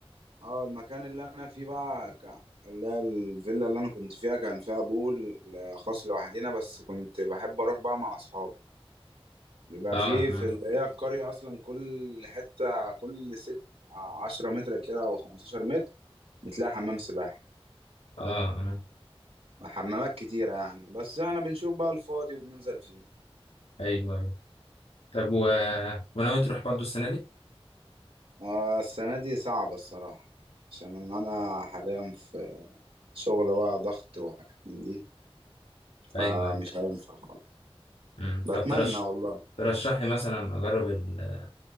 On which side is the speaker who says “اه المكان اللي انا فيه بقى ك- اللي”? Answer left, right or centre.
Right